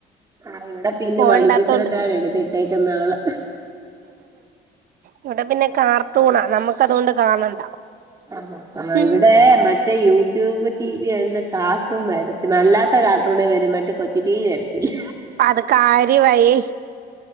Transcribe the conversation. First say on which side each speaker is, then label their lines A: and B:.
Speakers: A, on the right (about 20°); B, on the right (about 60°).
A: ആ ഇവിടെ പിന്നെ
B: പോവണ്ടാത്തോണ്ട്
A: മണിചിത്രത്താഴ് എടുത്തിട്ടേക്കുന്ന അവള്
B: ഇവിടെ പിന്നെ കാർട്ടൂണാ നമുക്ക് അതുകൊണ്ട് കാണണ്ട
A: ആഹ്ആ
B: ഉം
A: ഇവിടെ മറ്റേ യൂട്യൂബ് ടി വി ആയതോണ്ട് കാർട്ടൂൺ വരത്തി അല്ലാത്ത കാർട്ടൂണേ വരും മറ്റേ കൊച്ചി ടി വി വരത്തില്ല
B: അത് കാര്യ മായി